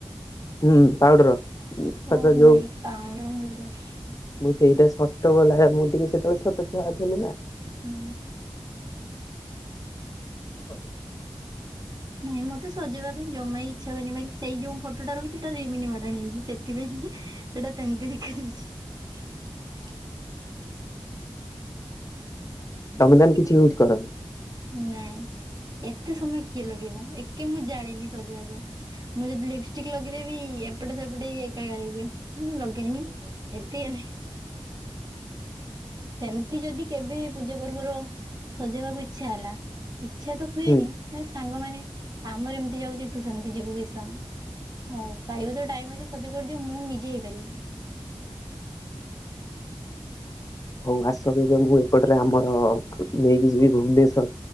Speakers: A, on the left; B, on the right.
A: ହୁଁ ପାଉଡର ହଚ
B: ଓହ
A: ଯୋଉ
B: ନାଇଁ ପାଉଡର ମୁଁ କେବେ ଲଗା
A: ମୁ ସେଇଟା ଶ ଷ୍ଠ ପଢ଼ିଲାବେଳେ ମୁଁ ଟିକେ ସେତେବେଳେ ଛୋଟଛୁଆ ଥିଲି ନା।
B: ହୁଁ।
A: ହ
B: ନାଇଁ ମତେ ସଜେଇବା ପାଇଁ ଜମା ଇଚ୍ଛା ହୁଏନି ବାକି ସେଇ ଯୋଉ ଫଟୋଟା ରଖିଛି ସେଟା ରିମିନି ମଡନି ହେଇଛି। ସେଥିପାଇଁ ସେଟା ସେମିତି ଦେଖା <unintelligible>
A: ତମେ ତାହେନେ କିଛି ୟୁଜ କରନି?
B: ନାଇଁ। ଏତେ ସମୟ କିଏ ଲଗେଇବ ମ ଏ କିଏ ମୁଁ ଜାଣିନି ସଜବାଜ। ମୁଁ ଯଦି ଲିପଷ୍ଟିକ ଲଗେଇଦେବି ଏପଟେ ସେପଟେ ଏକାକାର ହେଇଯିବ। ହୁଁ ଲଗେଇନି ଏତିକରେ ସେମତି ଯଦି କେବେ ପୂଜା ପର୍ବର ସଜେଇବାକୁ ଇଚ୍ଛା ହେଲା ଇଚ୍ଛା ତ ହୁଏନି
A: ହୁଁ
B: କିନ୍ତୁ ସାଙ୍ଗମାନେ, ଆମର ଏମିତି ଯାଉଚି ତୁ ସେମତି ଯିବୁ କିସ ହଉ ପାରିବ ତ ଟାଇମଅଛି ସଜ କରିଦିଅ, ମୁଁ ନିଜେ ହେଇପାରିବିନି।
A: ହଉ ଆସ କେବେ ମୁଁ ଏପଟରେ ଆମର ନେଇକି ଯିବି ଭୁବନେଶ୍ଵର।